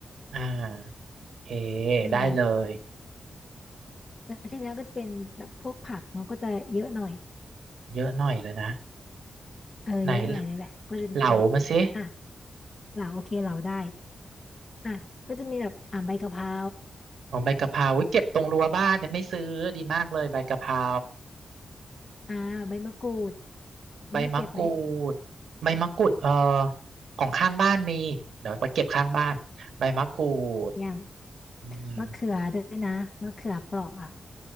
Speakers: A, on the right; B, on the left.
A: อ่าโอเค
B: อืม
A: ได้เลย
B: แล้วทีเนี้ยก็จะเป็นแบบพวกผักเนาะก็จะเยอะหน่อย
A: เยอะหน่อยเลยนะ
B: เออเยอะหน่อยเลยแหละก็จะมี
A: ไหนล่ะเหลามาสิ
B: อ่ะ เหลาโอเคเหลาได้อ่ะก็จะมีแบบอ่าใบกะเพรา
A: อ๋อใบกะเพราอุ๊ยเก็บตรงรั้วบ้านแต่ไม่ซื้อดีมากเลยใบกะเพรา
B: อ่าใบมะกรูด
A: ใบมะกรู
B: มีให้เก็บไหม
A: ดใบมะกรูดเออของข้างบ้านมีเดี๋ยวไปเก็บข้างบ้านใบมะกรูด
B: เนี่ย
A: อืม
B: มะเขือด้วยนะมะเขือเปราะอ่ะ